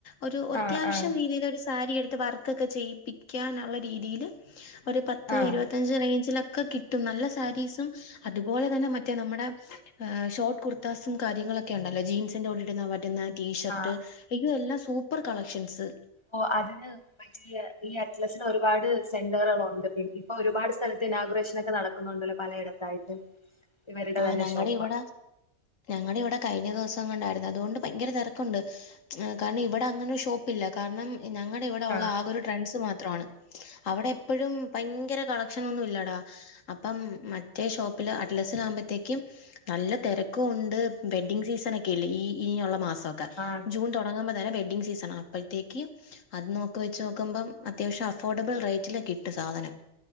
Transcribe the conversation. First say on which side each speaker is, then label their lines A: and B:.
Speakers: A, on the left; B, on the left.
A: ഒരു അത്യാവശ്യം
B: ആഹ് ആഹ്
A: രീതീല് ഒരു സാരിയെടുത്ത് വർക്കൊക്കെ ചെയ്യിപ്പിക്കാനുള്ള രീതീല് ഒരു പത്ത്
B: ആഹ്
A: ഇരുപത്തഞ്ച് റേഞ്ചിലൊക്കെ കിട്ടും നല്ല സാരീസും അതുപോലെ തന്നെ മറ്റേ നമ്മടെ ഏഹ് ഷോർട്ട് കുർത്താസും കാര്യങ്ങളൊക്കെ ഉണ്ടല്ലോ ജീൻസിൻന്റെ കൂടെ ഇടുന്നാ പറ്റുന്ന ടീഷർട്ട്
B: ആഹ്
A: ഇയ്യോ എല്ലാം സൂപ്പർ കളക്ഷൻസ്
B: ഓഹ് അതിന് മറ്റേ ഈ അറ്റ്ലറ്റ്സില് ഒരുപാട് സെന്ററുകളുണ്ട് പിൻ ഇപ്പൊ ഒരുപാട് സ്ഥലത്ത് ഇനാഗ്രേഷൻ ഒക്കെ നടക്ക് ക്കുന്നുണ്ടല്ലോ പലയിടത്തായിട്ട് ഇവരുടെ
A: ആഹ്
B: തന്നെ
A: ഞങ്ങടെ
B: ഷോപ്പ്
A: ഇവിടെ ഞങ്ങടെ ഇവിടെ കഴിഞ്ഞ ദിവസ കൊണ്ടായിരുന്നു അതുകൊണ്ട് ഭയങ്കര തെരക്കൊണ്ട് കാരണം ഇവിടെ അങ്ങനെ ഷോപ്പില്ലാ കാരണം ഞങ്ങടെ ഇവിടെ ഒള്ള
B: ആഹ്
A: ആകെ ഒരു ട്രെൻസ് മാത്രാണ് അവിടെ എപ്പഴും ഭയങ്കര കളക്ഷൻ ഒന്നും ഇല്ലടാ അപ്പം മറ്റേ ഷോപ്പില് അറ്റ്ലസിലാകുമ്പ ത്തേക്കും നല്ല തെരക്കും ഒണ്ട് വെഡ്ഡിങ് സീസൺ ഒക്കെയല്ലേ ഈ ഇനിയൊള്ള മാസം
B: അതെ
A: ജൂൺ തൊടങ്ങുമ്പോ തന്നെ വെഡ്ഡിംങ് സീസണാ അപ്പഴ്ത്തേക്ക് അത് നോക്കി വെച്ച് നോക്കുമ്പം അത്യാവശ്യം അഫോർഡബിൾ റേറ്റിലാ കിട്ട് സാധനം